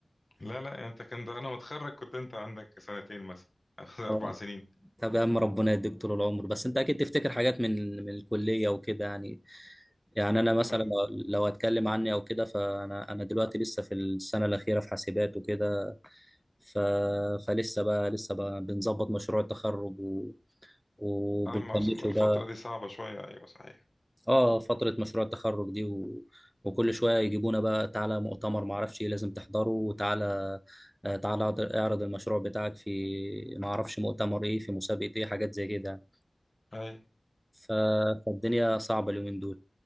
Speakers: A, on the left; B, in the centre.
A: لا لا يعني انت كنت انا متخرج كنت انت عندك سنتين مثلا <laughs> اربع
B: آه،
A: سنين
B: طب يا عم ربنا يديك طول العمر بس انت اكيد تفتكر حاجات من من الكلية وكده يعني يعني انا مثلا
A: من-
B: لو لو هتكلم عني او كده فانا انا دلوقتي لسه في السنة الأخيرة في حاسبات وكده ف... فلسه بقى لسه بقى بنظبط مشروع التخرج و... وبنفنشه
A: اما الفترة
B: بقى
A: دي صعبة شوية ايوه صحيح
B: اه فترة مشروع التخرج دي و... وكل شوية يجيبونا بقى تعالى مؤتمر معرفش ايه لازم تحضره وتعالى آه، تعالى اعرض اعرض المشروع بتاعك في معرفش مؤتمر ايه في مسابقة ايه حاجات زي كده
A: اي
B: ف... فالدنيا صعبة اليومين دول